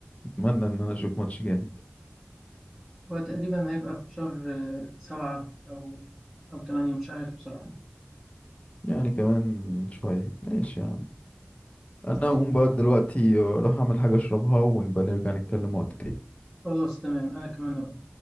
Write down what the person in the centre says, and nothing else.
هو تقريبا هيبقى في شهر آه، سبعة او او تمانية مش عارف بصراحه
ماشي
خلاص تمام انا كمان اقول